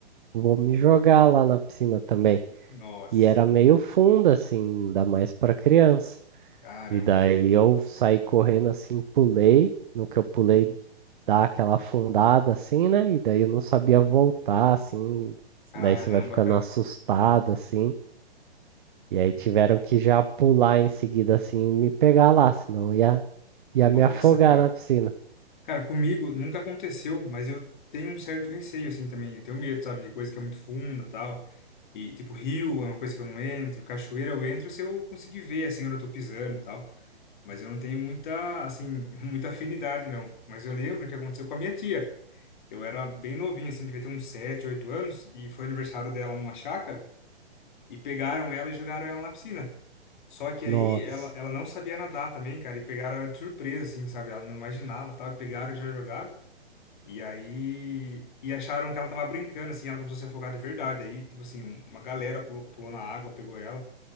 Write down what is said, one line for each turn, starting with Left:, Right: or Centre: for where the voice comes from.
Right: vou me jogar lá na piscina também.
Left: Nossa.
Right: E era meio funda, assim, ainda mais pra criança.
Left: Caramba.
Right: E daí eu saí correndo assim, pulei. No que eu pulei, dá aquela afundada assim, né? E daí eu não sabia voltar, assim.
Left: Caramba,
Right: Daí você vai ficando
Left: cara.
Right: assustado, assim. E aí tiveram que já pular em seguida, assim, e me pegar lá, senão eu ia, ia
Left: Nossa,
Right: me afogar
Left: cara.
Right: na piscina.
Left: Cara, comigo nunca aconteceu, mas eu tenho um certo receio, assim, também. Eu tenho medo, sabe, de coisa que é muito funda, tal. E, tipo, rio é uma coisa que eu não entro, cachoeira eu entro se eu conseguir ver, assim, onde eu tô pisando, tal. Mas eu não tenho muita, assim, <laughs> muita afinidade, não. Mas eu lembro que aconteceu com a minha tia. Eu era bem novinho, assim, devia ter uns 7 8 anos, e foi aniversário dela numa chácara, e pegaram ela e jogaram ela na piscina. Só que
Right: Nossa.
Left: aí ela, ela não sabia nadar também, cara, e pegaram ela de surpresa, assim, sabe? Ela não imaginava, tá? Pegaram e já jogaram. E aí, e acharam que ela tava brincando, assim, ela começou a se afogar de verdade. Aí, tipo assim, uma galera pulou, pulou na água, pegou ela,